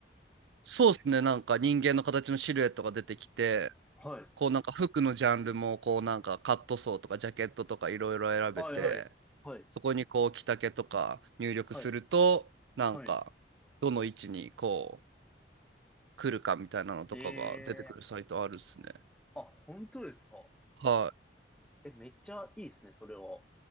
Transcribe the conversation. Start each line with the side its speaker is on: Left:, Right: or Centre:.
Right: そうですねなんか人間の形のシルエットが出てきて
Centre: はい。
Right: こうなんか服のジャンルもこうなんかカットソーとかジャケットとかいろいろ選べて
Centre: はい、はい、はい、
Right: そこにこう着丈とか入力するとなんかどの位置にこう
Centre: はい、はい。
Right: 来るかみたいなのとかが出てくるサイトあるっすね
Centre: ええー、あ、本当ですか
Right: は
Centre: え、めっちゃいいですね、それは。